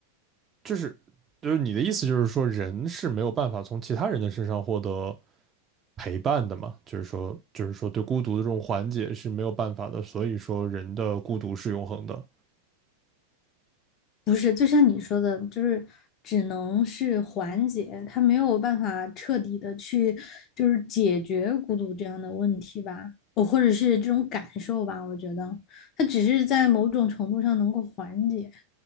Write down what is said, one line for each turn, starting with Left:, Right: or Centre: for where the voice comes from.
Right: 就是就是你的意思就是说人是没有办法从其他人的身上获得陪伴的嘛？就是说就是说对孤独的这种缓解是没有办法的，所以说人的孤独是永恒的。
Left: 不是，就像你说的，就是只能是缓解，他没有办法彻底的去就是解决孤独这样的问题吧，哦，或者是这种感受吧。我觉得他只是在某种程度上能够缓解，